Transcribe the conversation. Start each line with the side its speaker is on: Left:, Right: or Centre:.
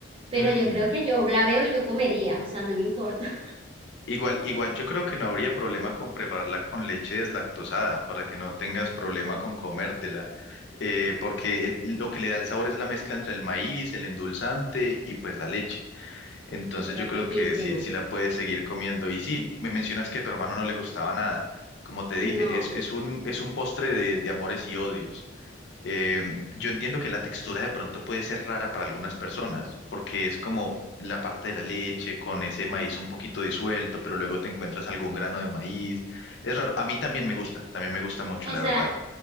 Right: Pero
Left: mm.
Right: yo creo que yo la veo y yo comería, o sea, no me importa,
Left: Igual, igual yo creo que no habría problema con prepararla con leche deslactosada para que no tengas problema con comértela, eh, porque lo que le da el sabor es la mezcla entre el maíz, el endulzante y pues la leche. Entonces
Right: <laughs> pero
Left: yo
Right: es
Left: creo
Right: riquísima.
Left: que sí, sí la puedes seguir comiendo. Y sí, me mencionas que a tu hermano no le gustaba nada. Como te
Right: No,
Left: dije, es, es un, es un postre de, de amores y odios. Eh, yo entiendo que la textura de pronto puede ser rara para algunas personas, porque es como la parte de la leche con ese maíz un poquito disuelto, pero luego te encuentras algún grano de maíz. Es raro. A mí también me gusta, también me gusta mucho,
Right: o
Left: la
Right: sea,
Left: verdad.